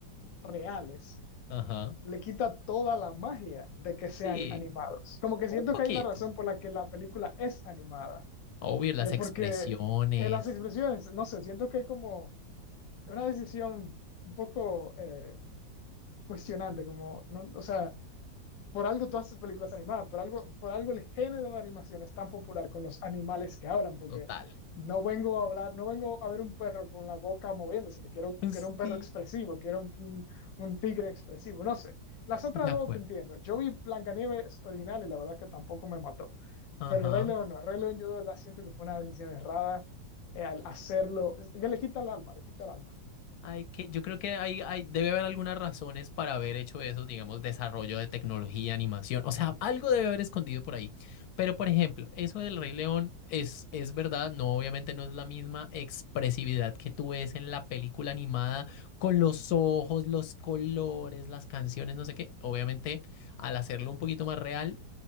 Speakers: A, on the left (about 90°); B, on the left (about 65°).
A: reales
B: Ajá.
A: le quita toda la magia de que sean
B: Sí,
A: animados. Como que
B: un
A: siento
B: poquito.
A: que hay una razón por la que la película es animada
B: Obvio, las
A: y es
B: expresiones,
A: porque en las expresiones, no sé, siento que es como una decisión un poco eh, cuestionante, como, no, o sea Por algo todas estas películas animadas, por algo, por algo el género de animación es tan popular con los animales que hablan, porque
B: total.
A: no vengo a hablar, no vengo a ver un perro con la boca moviéndose, quiero,
B: Sí,
A: quiero un perro expresivo, quiero un, un- un tigre expresivo, no sé. Las otras
B: de
A: dos
B: acuerdo.
A: te entiendo. Yo vi Blancanieves original y la verdad es que tampoco me mató.
B: Ajá.
A: Pero el Rey León no, el Rey León yo de verdad siento que fue una decisión errada eh, al hacerlo, es que le quita el alma, le quita el alma.
B: Hay que, yo creo que hay, hay, debe haber algunas razones para haber hecho eso, digamos, desarrollo de tecnología, animación. O sea, algo debe haber escondido por ahí. Pero, por ejemplo, eso del Rey León es, es verdad. No, obviamente no es la misma expresividad que tú ves en la película animada con los ojos, los colores, las canciones, no sé qué. Obviamente, al hacerlo un poquito más real,